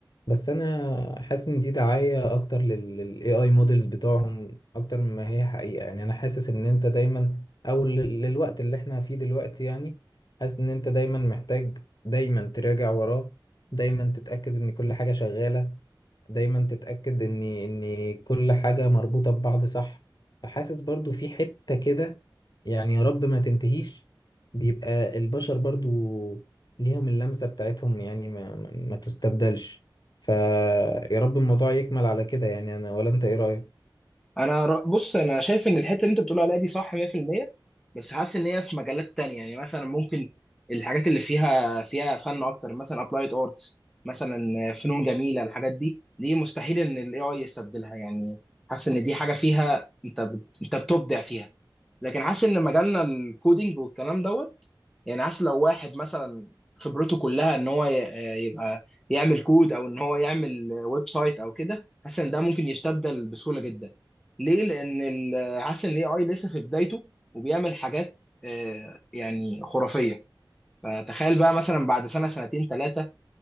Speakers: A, on the left; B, in the centre.
A: بس انا حاسس ان دي دعاية اكتر لل... للاي اي مودلز بتوعهم اكتر مما هي حقيقة يعني انا حاسس ان انت دايما او لل... للوقت اللي احنا فيه دلوقتي يعني حاسس ان انت دايما محتاج دايما تراجع وراه دايما تتأكد ان كل حاجة شغالة دايما تتأكد ان ان كل حاجة مربوطة ببعض صح فحاسس برضو في حتة كده يعني يا رب ما تنتهيش بيبقى البشر برضو ليهم اللمسة بتاعتهم يعني ما ما ما تستبدلش فيا رب الموضوع يكمل على كده يعني انا ولا انت ايه رأيك
B: انا ر- بص انا شايف ان الحته اللي انت بتقول عليها دي صح 100% بس حاسس ان هي في مجالات تانية يعني مثلا ممكن الحاجات اللي فيها فيها فن اكتر مثلا ابلايد ارتس مثلا فنون جميله الحاجات دي دي مستحيل ان الاي اي يستبدلها يعني حاسس ان دي حاجه فيها انت بت... انت بتبدع فيها لكن حاسس ان مجالنا الكودينج والكلام دوت يعني حاسس لو واحد مثلا خبرته كلها ان هو ي- يبقى يعمل كود او ان هو يعمل ويب سايت او كده حاسس ان ده ممكن يستبدل بسهوله جدا ليه لان ال- حاسس ان الاي اي لسه في بدايته وبيعمل حاجات آه، يعني خرافيه فتخيل بقى مثلا بعد سنه سنتين ثلاثه